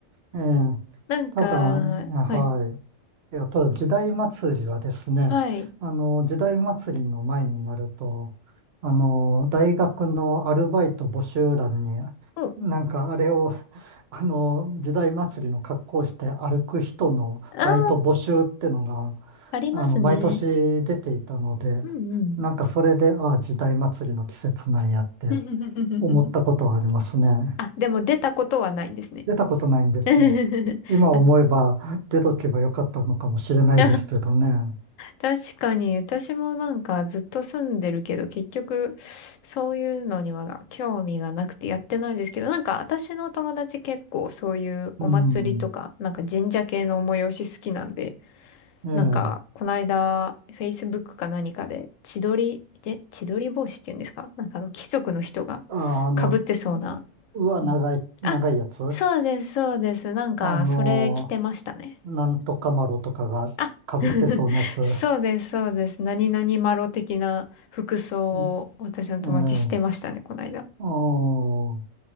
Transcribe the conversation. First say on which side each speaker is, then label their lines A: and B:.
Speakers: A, on the right; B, on the left.
A: ええ
B: なんか、
A: ただ、ねは
B: はい。
A: い。いや、ただ時代祭りはですね、
B: はい。
A: あの、時代祭りの前になると、あの、大学のアルバイト募集欄に、
B: うん。
A: なんかあれを、<laughs> あの、時代祭りの格好をして歩く人のバイト募集ってのが、
B: ああ、ありますね。
A: あの、毎年出ていたので、
B: うん
A: なんかそれで、ああ、時代祭りの季節なんやって
B: うん。
A: 思ったことはありますね。
B: <laughs> あ、でも出たことはないんですね。
A: 出たことないんですよ。
B: <laughs>
A: 今思えば出とけばよかったのかもしれないですけどね。
B: あ <laughs> 確かに、私もなんかずっと住んでるけど、結局、そういうのには興味がなくてやってないんですけど、なんか私の友達結構そういうお祭りとか、
A: うん。
B: なんか神社系の催し好きなんで、
A: ええ。
B: なんか、この間、Facebook か何かで、千鳥、で千鳥帽子っていうんですかなんかあの貴族の人が
A: あ、あの、
B: 被ってそうな
A: うわ、
B: うんあ、
A: 長い、長いやつ
B: そうです、そうです。なんか、
A: あの、
B: それ着てましたね。
A: なんとかマロとかが被ってそうなやつ。
B: あ <laughs> そうです、そうです。何々マロ的な服装を私の友達してましたね、
A: うんええ。
B: この間。
A: ああ、そ